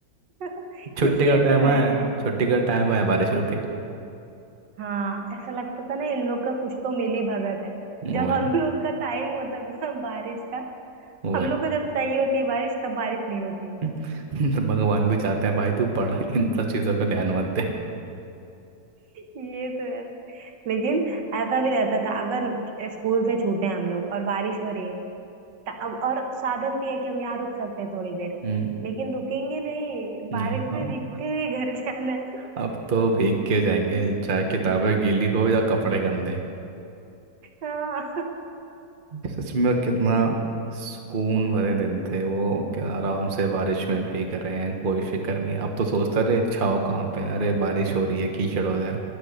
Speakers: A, on the right; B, on the right.
A: <laughs>
B: छुट्टी
A: ये
B: का टाइम
A: तो है
B: है छुट्टी का टाइम है बारिश रुक गई
A: हाँ ऐसा लगता था ना इन लोग का कुछ तो मिली भगत है जब
B: वही
A: हम लोग का टाइम होता था बारिश का
B: वही
A: हम लोग को जब चाहिए होती है बारिश तब बारिश नहीं होती
B: <laughs> तो भगवान भी चाहते हैं भाई तू पढ़ इन सब चीज़ों पे ध्यान मत दे
A: ये तो है लेकिन ऐसा भी रहता था अगर स्कूल से छूटे हैं हम लोग और बारिश हो रही है त- अब और साधन भी है कि हम यहाँ रुक सकते हैं थोड़ी देर
B: हम्म
A: लेकिन रुकेंगे नहीं बारिश
B: नहीं
A: में
B: अब
A: भीगते हुए घर जाना है
B: अब तो भीग के जाएंगे चाहे किताबें गीली हो या कपड़े गंदे
A: हाँ
B: सच में कितना सुकून भरे दिन थे वो क्या आराम से बारिश में भीग रहे हैं कोई फिक्र नहीं अब तो सोचता रहे छाँव कहाँ पे है, अरे बारिश हो रही है कीचड़ हो जाएगा